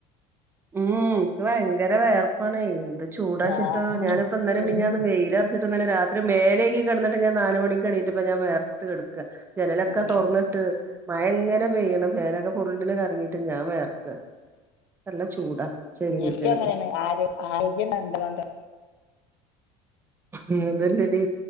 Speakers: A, on the right; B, on the left.
A: ഉം എനിക്ക് ഭയങ്കര വേർപ്പണൊ എന്ത് ചൂടാ
B: ആഹ്
A: ചിട്ടോ ഞാനിപ്പ ഇന്നലെ മിനിഞ്ഞാന്നും
B: എനി
A: വെയിലറിചിട്. രാത്രി മേലേക്കി കിടന്നിട്ട് ഞാൻ നാലുമണിക് എണീ റ്റപ്പ ഞാൻ വേർത്ത് കൊട്ക്ക ജനലൊക്കെ
B: ഉം
A: തുറന്നിട്ട്. മഴ എങ്ങനെ പെയ്യണ് ഫേനൊക്കെ ഫുള്ളില് കറങ്ങിട്ട് ഞാൻ വേയർക്ക. നല്ല ചൂടാ ശരീരത്തിന്.
B: എനിക്ക് അങ്ങനെയാണ് ആരോ ആരോഗ്യം കണ്ട്കൊണ്ട്.
A: മ അതല്ലടി.